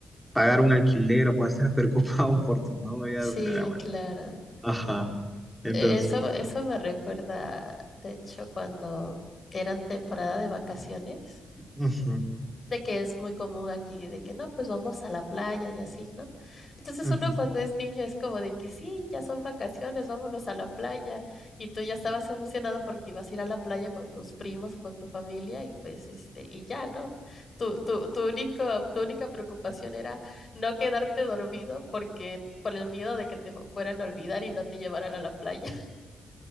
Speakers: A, in the centre; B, on the left.
A: pagar un alquiler o puedas estar preocupado <laughs> por tu novia
B: Sí,
A: tu abuela.
B: claro.
A: Ajá. Entonces,
B: e-, Eso, eso me recuerda, de hecho, cuando eran temporada de vacaciones,
A: ujú,
B: de que es muy común aquí, de que no, pues vamos a la playa y así, ¿no? Entonces
A: ujú.
B: uno cuando es niño es como de que sí, ya son vacaciones, vámonos a la playa. Y tú ya estabas emocionado porque ibas a ir a la playa con tus primos o con tu familia y pues este, y ya, ¿no? Tu, tu, tu único, tu única preocupación era no quedarte dormido porque por el miedo de que te fueran a olvidar y no te llevaran a la playa.